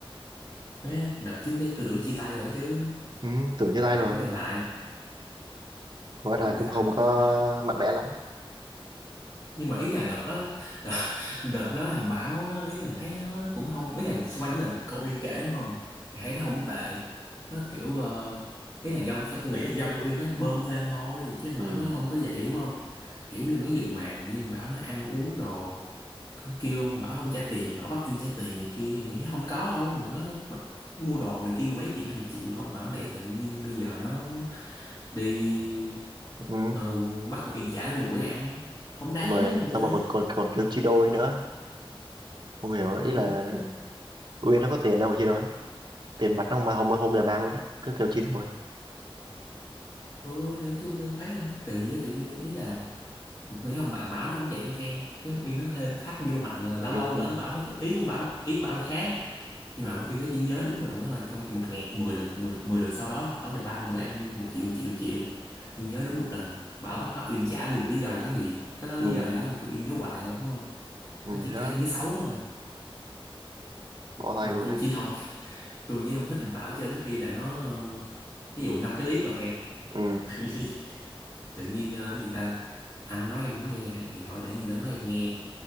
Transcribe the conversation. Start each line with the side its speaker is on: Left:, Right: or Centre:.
Left: Má, đợt trước cái tôi tưởng chia tay rồi chứ
Right: ừ, tưởng như tay
Left: mà
Right: rồi
Left: vẫn
Right: rồi
Left: quen lại
Right: hóa
Left: rồi
Right: ra cũng
Left: xong
Right: không có mạnh mẽ lắm
Left: nhưng mà ý là đợt đó đợt, đợt đó thằng Bảo á, ý là thấy nó, nó cũng không ý là xoay quanh là câu Uyên kể đúng không thì thấy nó không tệ nó kiểu ờ, ý là dân tôi nghĩ là dân Uyên nó bơm thêm thôi chứ thằng
Right: ừ,
Left: Bảo nó không có vậy đúng không kiểu như mấy vụ mà như thằng Bảo nó ăn uống rồi nó kêu thằng Bảo không trả tiền Bảo bắt Uyên trả tiền này kia nghĩ không có đâu nó mặc- mua đồ này kia mười mấy triệu hai chục triệu không mà không lẽ tự nhiên bây giờ nó đi
Right: ừ.
Left: ờ, bắt Uyên trả nó một bữa ăn không đáng
Right: xong rồi
Left: á quê
Right: xong rồi còn còn còn kêu chia đôi nữa không hiểu
Left: ừ
Right: ý là
Left: cái
Right: Uyên nó có tiền đâu mà chia đôi tiền mặt nó không không không là mang luôn á cứ kêu chia đôi
Left: ừ, thì nói chung tôi thấy là nó kỳ á tự nhiên ý là nghĩ không bạn bảo nó không vậy đâu fan chứ Uyên nó thêm thắt vô hoặc là lâu
Right: ừ,
Left: lâu
Right: ừ,
Left: là ông bảo nó ý ông bảo nó, ý ông bảo nó khác nhưng mà ông Uyên nó chỉ nhớ đúng một lần đó thôi trong khi một ngàn mười lần mười, mười lần sau đó bảo đều bao bữa ăn một triệu một triệu một triệu nhưng nhớ đúng một lần bảo bắt bắt Uyên trả vì một lý do gì đó thì cái đó lý
Right: ừ,
Left: do gì đó mà cứ Uyên nhớ hoài thôi đúng không
Right: ừ,
Left: nó chỉ
Right: thì đó
Left: kể những cái xấu thôi
Right: bỏ tay
Left: nhưng
Right: luôn
Left: mà tôi
Right: đấy
Left: chỉ không <laughs> tôi chỉ không thích thằng Bảo cho đến khi là nó ờ, ví dụ năm cái clip mà fan
Right: ừ
Left: <laughs> tự nhiên ờ, cái gì ta anh nói em không nghe thì thôi để người lớn nói em nghe